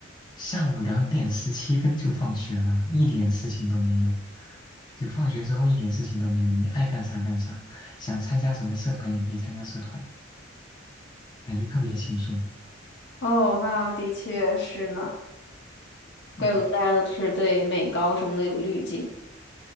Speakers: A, on the left; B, on the left.
A: 下午两点十七分就放学了，一点事情都没有。就放学之后一点事情都没有，你爱干啥干啥，想参加什么社团也可以参加社团，感觉特别轻松。
B: 哦，那的确是呢，怪不得大家都是对美高什么的有滤镜。
A: 嗯，